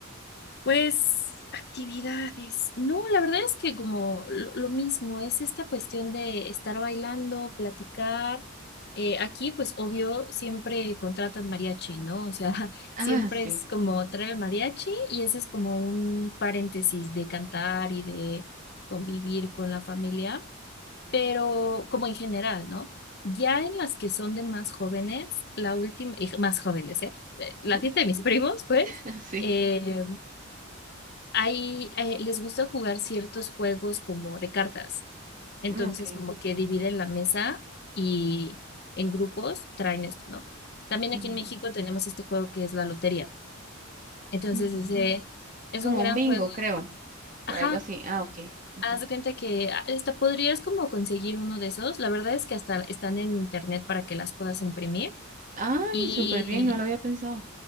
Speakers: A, on the left; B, on the right.
A: Pues actividades. No, la verdad es que como lo, lo mismo, es esta cuestión de estar bailando, platicar. Eh, aquí, pues obvio, siempre contratan mariachi, ¿no? O sea, <laughs>
B: Ah,
A: siempre
B: sí.
A: es como traer el mariachi y ese es como un paréntesis de cantar y de convivir con la familia, pero como en general, ¿no? Ya en las que son de más jóvenes, la última, y más jóvenes, ¿eh? Eh,
B: <laughs>
A: La fiesta de mis primos, pues.
B: Sí.
A: Eh, hay, eh, les gusta jugar ciertos juegos como de cartas. Entonces,
B: Ah, Ok.
A: como que dividen la mesa y en grupos traen esto, ¿no? También
B: Ujú,
A: aquí en México tenemos este juego que es la lotería. Entonces,
B: ujú.
A: ese es
B: Como
A: un gran
B: un bingo,
A: juego.
B: creo. O
A: Ajá,
B: algo así. Ah, ok. Ujú.
A: haz de cuenta que ah, hasta podrías como conseguir uno de esos. La verdad es que hasta están en internet para que las puedas imprimir.
B: Ay,
A: Y
B: súper bien, no lo había pensado.